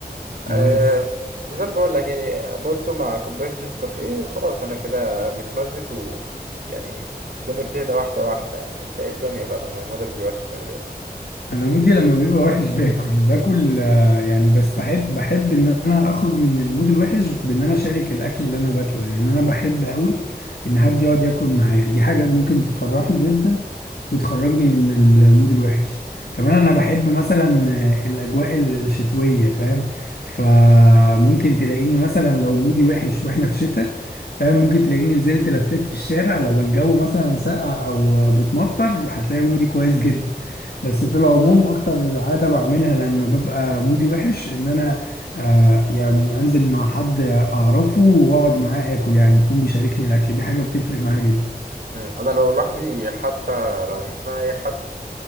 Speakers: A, on the right; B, on the left.
A: أه...
B: نايس
A: زي ما بقول لك يعني مولتو مع كوباية نسكافيه خلاص انا كده متمزج و يعني الدنيا بتهدى واحدة واحدة يعني انت ايه الدنيا بقى لما مودك بيبقى وحش بتعمل ايه؟
B: انا مودي لما بيبقى وحش باكل باكل آه، يعني بس بحب بحب ان انا اخرج من المود الوحش بان انا اشارك الاكل اللي انا باكله ده يعني انا بحب قوي ان حد يقعد ياكل معايا دي حاجة ممكن تفرحني جدا وتخرجني من المود الوحش كمان انا بحب مثلا الاجواء الشتويه فاهم فممكن تلاقيني مثلا لو مودي وحش واحنا في شتاء فاهم ممكن تلاقيني نزلت لفيت في الشارع لو الجو مثلا ساقع او بتمطر هتلاقي مودي كويس جدا بس في العموم اكتر عادة بعملها لما ببقى مودي وحش ان انا آه يعني انزل مع حد اعرفه واقعد معاه اكل يعني يكون بيشاركني الاكل دي حاجة بتفرق معايا جدا
A: مم. انا لو لوحدي حتى لو مش معايا اي حد